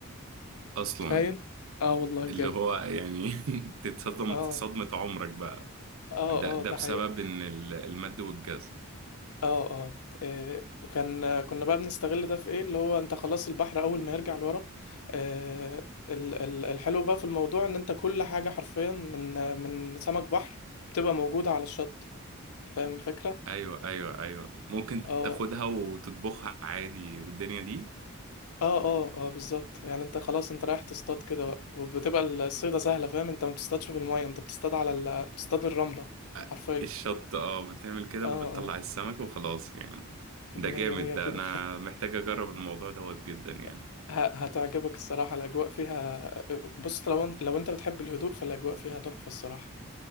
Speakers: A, on the right; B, on the left.
A: اصلا
B: تخيل اه والله بجد
A: اللي هو يعني <laughs> تتصدم
B: اه
A: صدمة عمرك بقى
B: اه
A: ده
B: اه
A: ده
B: ده
A: بسبب
B: حقيقي
A: ان ال- المد والجزر
B: اه اه إيه، كان كنا بقى بنستغل ده في ايه اللي هو انت خلاص البحر اول ما يرجع لورا آه، ال- ال- الحلو بقى في الموضوع ان انت كل حاجة حرفيا من من سمك بحر بتبقى موجودة على الشط فاهم الفكرة؟
A: ايوه ايوه ايوه ممكن
B: اه
A: تاخدها وتطبخها عادي والدنيا دي
B: اه اه اه بالظبط يعني انت خلاص انت رايح تصطاد كده بقى وبتبقى الصيدة سهلة فاهم انت ما بتصطادش في المية انت بتصطاد على ال... بتصطاد الرملة
A: أ-
B: حرفيا
A: الشط اه بتعمل كده
B: اه
A: بتطلع
B: اه
A: السمك وخلاص يعني
B: مية
A: ده جامد
B: مية
A: ده
B: كده
A: انا محتاج اجرب الموضوع دوت جدا يعني
B: <laughs> ه- هتعجبك الصراحة الأجواء فيها بص لو انت لو انت بتحب الهدوء فالأجواء فيها تحفة الصراحة